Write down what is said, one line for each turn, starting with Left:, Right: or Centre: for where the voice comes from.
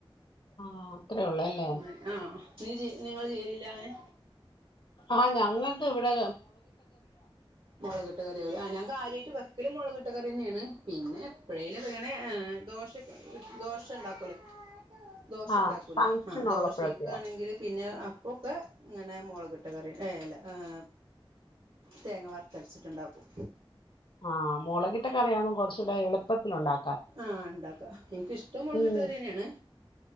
Left: ആഹ് അത്രേ ഉള്ളൂ അല്ലേ
Right: അങ്ങനെ ആ നീ നിങ്ങൾ ചെയ്യൽ ഇല്ല അങ്ങനെ
Left: ആ ഞങ്ങക്ക് ഇവ്ടെ
Right: മൊളകിട്ട കറിയാവും ലെ ആ ഞാൻ കാര്യായിട്ട് വെക്കല് മൊളകിട്ട കറി പിന്നെയാണ് പിന്നെ എപ്പഴെലും ഒക്കെ ഇങ്ങനെ ഏ ദോശ <unintelligible> ദോശ ഇണ്ടാക്കോലോ ദോശ
Left: ആഹ്
Right: ഇണ്ടാക്കൂലെ
Left: ഫംഗ്ഷൻ
Right: ആ ദോശേക്ക്
Left: ഉള്ളപ്പോഴൊക്കെയോ
Right: ആണെങ്കിൽ പിന്നെ ആ അപ്പൊക്കെ ഇങ്ങനെ മൊളകിട്ട കറി ഏ ല്ല ഏ തേങ്ങ വർത്ത് അരച്ച് ട്ട് ഇണ്ടാക്കും
Left: ആ മൊളകിട്ട കറിയാവുമ്പോ കൊർച്ചൂടെ എളു പ്പത്തിൽ ഒണ്ടാ
Right: ആ ഇണ്ടാക്കാ ഇൻക്ക് ഇഷ്ടം മൊളകിട്ട
Left: ഉം
Right: കറി തന്നെയാണ്